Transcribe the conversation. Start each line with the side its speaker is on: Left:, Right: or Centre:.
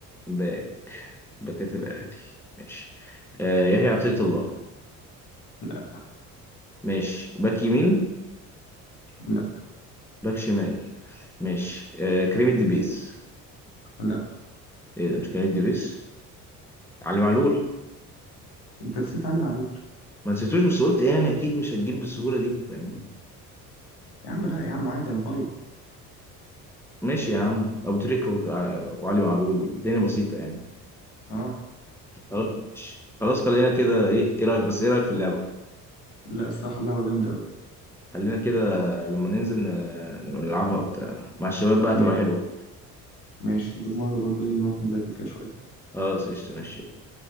Centre: باك باكات الأهلي ماشي آه يحيى عطية الله
Left: لا
Centre: ماشي باك يمين
Left: لا
Centre: باك شمال ماشي آه كريم الدبيس
Left: لا
Centre: ايه ده مش كريم الدبيس علي معلول
Left: انت نسيت علي معلول
Centre: ما نسيتوش بس قلت يعني اكيد مش هتجيب بالسهولة دي فاهمني
Left: يا عم لا يا عم عادي انا طيب
Centre: ماشي يا عم ابو تريكة وع- وعلي معلول الدنيا بسيطة يعني
Left: اه
Centre: خلاص ماشي. خلاص خلينا كده ايه ايه رأيك بس ايه رأيك في اللعبة
Left: لا الصراحة اللعبة جامدة أوي
Centre: خلينا كده لما ننزل ن- نبقى نلعبها وبتاع مع الشباب بقى
Left: ماشي
Centre: هتبقى حلوة
Left: ماشي بالمرة برضو إيه نروح نذاكر كده شوية
Centre: خلاص قشطة ماشي